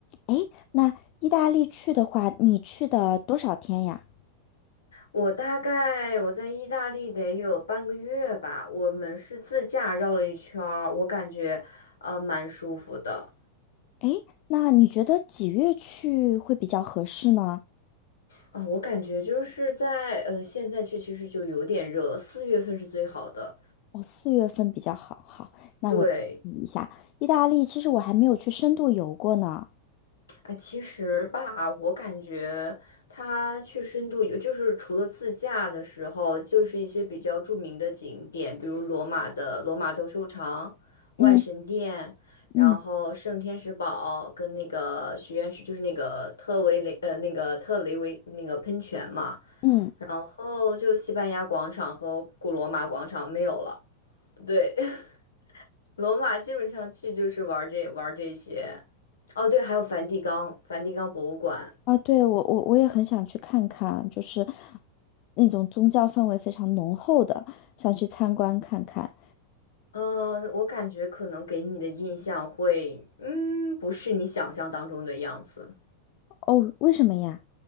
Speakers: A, on the left (about 40°); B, on the left (about 70°).
A: 哎，那意大利去的话，你去的多少天呀？
B: 我大概我在意大利得有半个月吧，我们是自驾绕了一圈儿，我感觉呃蛮舒服的。
A: 诶，那你觉得几月去会比较合适呢？
B: 啊，我感觉就是在呃，现在去其实就有点热了，四月份是最好的。
A: 哦，四月份比较好。好，那我记
B: 对，
A: 一下，意大利其实我还没有去深度游过呢。
B: 哎，其实吧，我感觉它去深度游，就是除了自驾的时候，就是一些比较著名的景点，比如罗马的罗马斗兽场、万神殿，
A: 嗯
B: 然后圣天使堡跟那个许愿池，
A: 嗯
B: 就是那个特维雷呃那个特雷维那个喷泉嘛，
A: 嗯，
B: 然后就西班牙广场和古罗马广场没有了。对，<laughs> 罗马基本上去就是玩儿这玩儿这些。哦，对，还有梵蒂冈，梵蒂冈博物馆。
A: 啊，对，我我我也很想去看看，就是那种宗教氛围非常浓厚的，想去参观看看。
B: 嗯，我感觉可能给你的印象会，嗯，不是你想象当中的样子。
A: 哦，为什么呀？